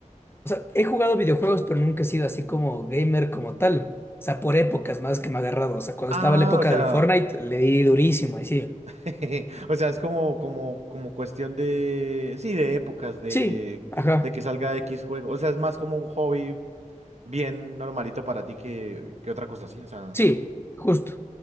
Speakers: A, on the left; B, on the right.
A: O sea, he jugado videojuegos, pero nunca he sido así como gamer como tal. O sea, por épocas más que me ha agarrado. O sea, cuando
B: Ah,
A: estaba la época
B: o sea.
A: del Fortnite, le di durísimo, ahí sí.
B: <laughs> O sea, es como, como, como cuestión de, sí, de épocas, de,
A: Sí, ajá,
B: de que salga X juego. O sea, es más como un hobby bien normalito para ti que, que otra cosa así. O sea,
A: sí, justo.